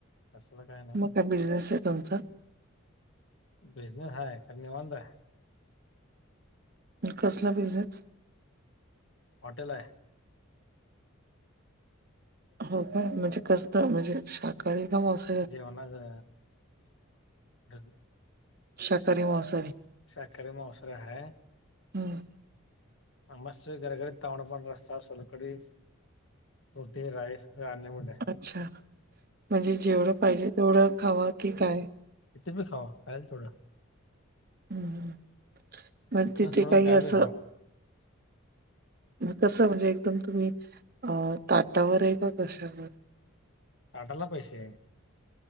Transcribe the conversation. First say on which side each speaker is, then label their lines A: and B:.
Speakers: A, on the left; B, on the right.
A: कसलं काही नाही
B: मग काय बिझनेस आहे तुमचा
A: बिजनेस ह कर वांद.
B: कसला बिझनेस.
A: हॉटेल आहे.
B: हो काय म्हणजे कस म्हणजे शा कारी का मस
A: जेवणाचा <unintelligible>
B: शाकाहारी मांसाहारी
A: शाकाहारी मांसाहारी आहे.
B: हम्
A: मस् घर घरी तावडपण रस्ता सोलकडी रोटी राईस अन्य मिट.
B: अच्छा म्हणजे जेवढं पाहिजे तेवढं खावा की काय.
A: कितीेी खावा खायलथोडा.
B: हम् मग
A: चिकन
B: तिथे
A: सोडून
B: काही
A: काय बी
B: असं.
A: <inaudible>
B: कसं म्हणजे एकदम तुम्ही अ ताटावर आहे का कशावर.
A: ताटायला पैसे.